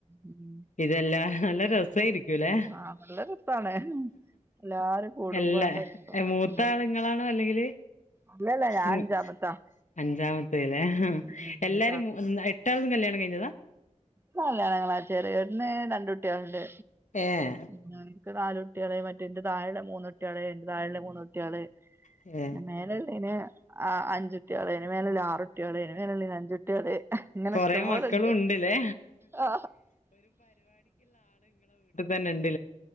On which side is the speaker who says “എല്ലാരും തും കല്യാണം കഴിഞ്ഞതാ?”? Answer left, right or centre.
Left